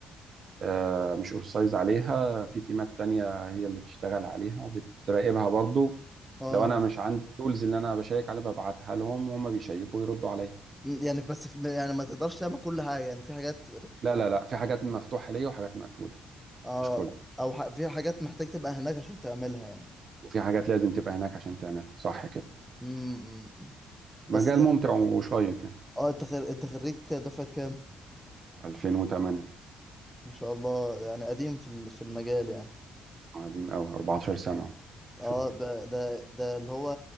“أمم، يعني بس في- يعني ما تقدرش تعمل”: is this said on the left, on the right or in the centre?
Centre